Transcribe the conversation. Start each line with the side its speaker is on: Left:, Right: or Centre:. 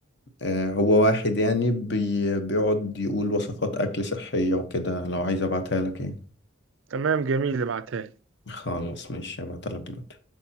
Left: آه، هو واحد يعني بي بيقعد يقول وصفات أكل صحية وكده لو عايز أبعتها لك يعني
Right: تمام جميل ابعتها لي.
Left: خلاص ماشي هبعتلك دلوقتي